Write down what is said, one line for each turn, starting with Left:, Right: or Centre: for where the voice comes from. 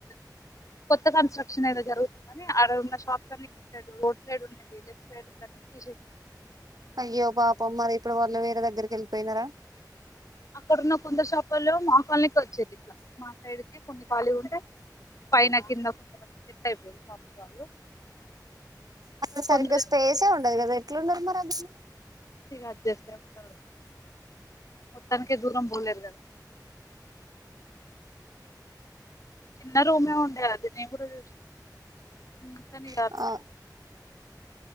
Left: <inaudible> కొత్త కన్స్ట్రక్షన్ ఏదో జరుగుతుందనీ ఆడ ఉన్న షాప్స్ అన్నీ రోడ్ సైడ్ ఉన్నది <inaudible> సైడ్ తని తీసేసినా
Right: అయ్యో పాపం మరి ఇప్పుడు వాళ్ళు వేరే దగ్గరికి ఎళ్ళిపోయినరా
Left: అక్కడున్న కొందరు షాపోల్లేం మా కాలనీకి ఒచ్చేది ఇట్ల మా సైడ్ కి కొన్ని ఖాళీ ఉంటే పైన కింద <inaudible> సెట్ అయిపోయిర్ షాప్స్ వాళ్ళు
Right: అక్కడ సరిగ్గా
Left: కొందరేమో
Right: స్పేసే ఉండదు కదా ఎట్లున్నరు మరి <unintelligible>
Left: ఇక అడ్జస్ట్ అయినామ్ మొత్తానికే దూరం పోలేదు కదా చిన్న రూమే ఉండే కదాఅది నేను కూడా చూసిన కానీ ఇగ
Right: ఆ
Left: అట్లా